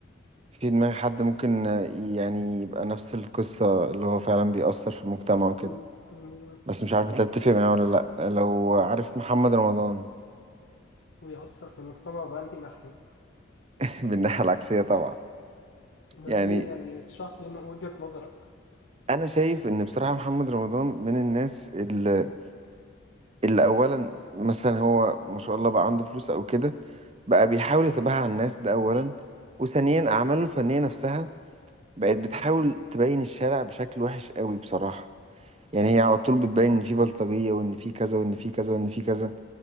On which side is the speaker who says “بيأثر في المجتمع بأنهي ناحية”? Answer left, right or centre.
Left